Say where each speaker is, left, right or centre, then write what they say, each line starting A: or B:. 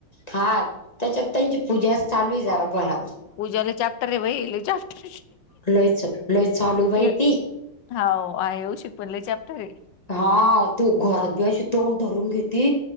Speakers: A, on the left (about 20°); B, on the left (about 70°).
A: हा त्याच्यात त्यांची पूजा चालू जरा बळा
B: पूजा लय चॅप्टर रे बाई लय चॅप्टर
A: लयच लय चालू बाई
B: हे.
A: ती
B: हो येऊशिक पण लय चॅप्टर हे.
A: हा तू घोरात बी अशी तोंड धरून घेती